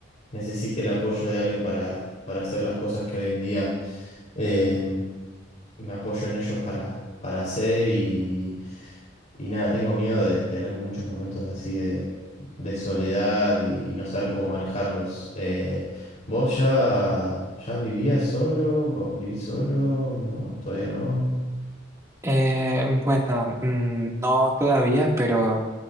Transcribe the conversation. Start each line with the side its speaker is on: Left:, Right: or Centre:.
Left: necesite el apoyo de alguien para, para hacer las cosas que hoy en día eh, me apoyo en ellos para, para hacer y, y nada, tengo miedo de tener muchos momentos así de, de soledad y, y no saber cómo manejarlos. Eh, ¿vos ya, ya vivías solo? ¿Vos ¿Vivís solo? No, todavía no.
Right: Eh, bueno, mm, no todavía, pero